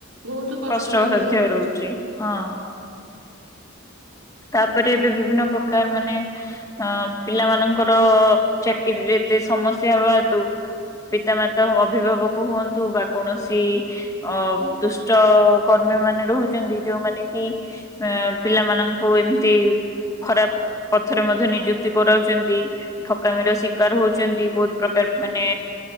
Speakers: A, on the right (about 85°); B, on the left (about 15°).
A: ବହୁତ କଷ୍ଟକର
B: କଷ୍ଟସଧ୍ୟ
A: ହେଇଯାଉଛି
B: ରହୁଛି ହଁ। ତାପରେ ଏବେ ବିଭିନ୍ନ ପ୍ରକାର ମାନେ ଅଁ ପିଲା ମାନଙ୍କର ଚାକିରିରେ ଏତେ ସମସ୍ୟା ହବା ହେତୁ ପିତାମାତା ଅଭିଭାବକ ହୁଅନ୍ତୁ ବା କୌଣସି ଅ ଦୁଷ୍ଟ କର୍ମୀ ମାନେ ରହୁଛନ୍ତି ଯୋଉମାନେ କି ଅ ପିଲାମାନଙ୍କୁ ଙ୍କୁ ଏମତି ଖରାପ ପଥରେ ମଧ୍ୟ ନିଯୁକ୍ତି କରାଉଛନ୍ତି ଠକାମିର ଶିକାର ହଉଛନ୍ତି ବହୁତ ପ୍ରକାର ମାନେ